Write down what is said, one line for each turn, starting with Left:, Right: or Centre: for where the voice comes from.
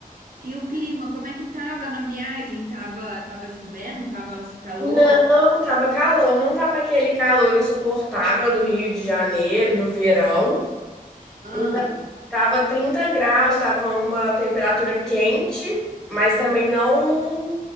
Right: e o clima, como é que tava na viagem? Tava, tava chovendo? Tava calor?
Centre: Não, tava calor, não tava aquele calor insuportável do Rio de Janeiro, do verão.
Right: Ah,
Centre: Então, Tava 30 graus, tava uma temperatura quente, mas também não